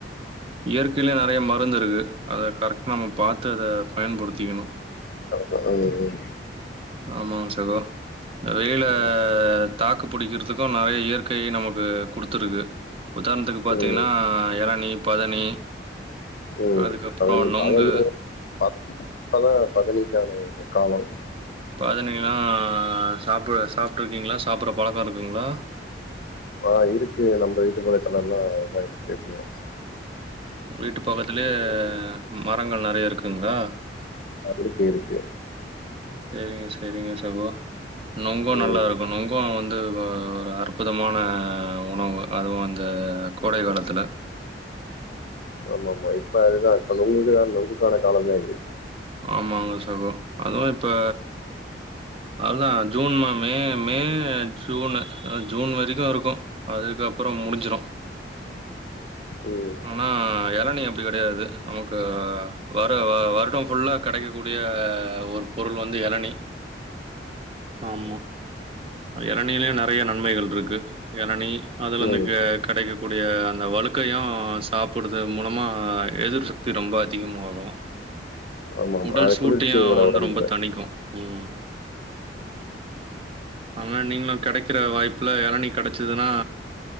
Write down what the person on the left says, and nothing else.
ஒக் ம்
ம்
ம்
ம்
பதனி
பதனி இப்பதா பதனிக்கான காலம்
ஆ இருக்கு நம்ம வீட்டு மரத்திலலா இதா தெரியும்
ஆ இருக்கு இருக்கு
ம்
ஆமா ஆமா இப்ப அதுதா இப்ப நொங்கு நுங்குக்கான காலம்தா இது
ம்
ம்.
ஆமாமா.
அது
குளிர்ச்சியும் கூட
உடம்புக்கு.